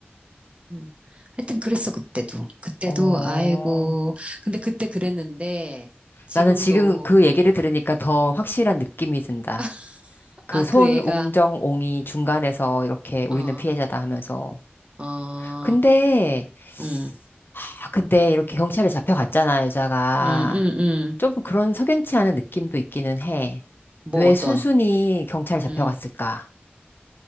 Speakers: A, on the right; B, on the left.
A: 음. 하여튼 그랬어, 그때도. 그때도,
B: 어.
A: 아이고. 근데 그때 그랬는데 지금도,
B: 나는 지금 그 얘기를 들으니까 더 확실한 느낌이 든다.
A: <laughs>
B: 그
A: 아,
B: 손웅정옹이
A: 그 애가,
B: 중간에서 이렇게 우리는
A: 어,
B: 피해자다 하면서.
A: 어,
B: 근데,
A: 음,
B: 아, 근데 이렇게 경찰에 잡혀갔잖아, 여자가.
A: 음, 음, 음.
B: 좀 그런 석연치 않은 느낌도 있기는 해.
A: 뭐
B: 왜
A: 어떤,
B: 순순히 경찰에 잡혀갔을까?
A: 음.